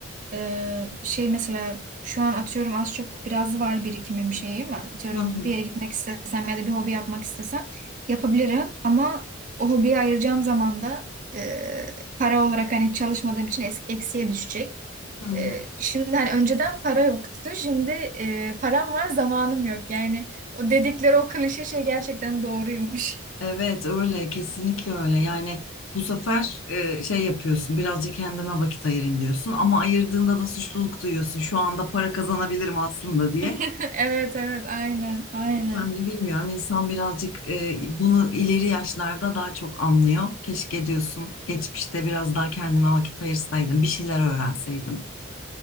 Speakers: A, on the right; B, on the left.
A: e, şey mesela şu an atıyorum az çok biraz var birikimim şeyim. Atıyorum
B: Hı hı,
A: bir yere gitmek istesem ya da bir hobi yapmak istesem yapabilirim. Ama o hobiye ayıracağım zaman da e, para olarak hani çalışmadığım için es- eksiye düşecek.
B: hı hı.
A: E, şimdi hani önceden para yoktu. Şimdi e, param var, zamanım yok. Yani o dedikleri o klişe şey gerçekten doğruymuş.
B: Evet, öyle. Kesinlikle öyle. Yani bu sefer e, şey yapıyorsun, birazcık kendime vakit ayırayım diyorsun. Ama ayırdığında da suçluluk duyuyorsun. Şu anda para kazanabilirim aslında diye.
A: <laughs> Evet evet aynen aynen.
B: Yani bilmiyorum insan birazcık e, bunu ileri yaşlarda daha çok anlıyor. Keşke diyorsun geçmişte biraz daha kendime vakit ayırsaydım, bir şeyler öğrenseydim.